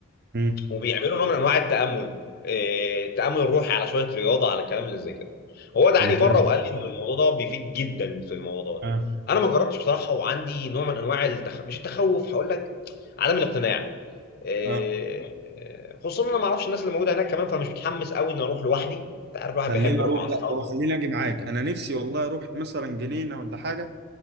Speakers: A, on the right; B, on the left.
A: مم.
B: وبيعملوا نوع من انواع التامل آه، التامل الروحي على شويه رياضه على الكلام اللي زي كده هو دعاني
A: ممتازة
B: مره وقال لي ان الموضوع ده بيفيد جدا في الموضوع ده
A: اه
B: انا ما جربتش بصراحه وعندي نوع من انواع التخ... مش التخوف هقول لك عدم الاقتناع آه،
A: اه
B: آه، خصوصا انا ما اعرفش الناس اللي موجوده هناك كمان فمش متحمس قوي اني اروح لوحدي انت عارف الواحد
A: خليني
B: بيحب يروح
A: اروح
B: مع اصحابه
A: لا هو خليني اجي معاك انا نفسي والله اروح مثلا جنينة ولا حاجة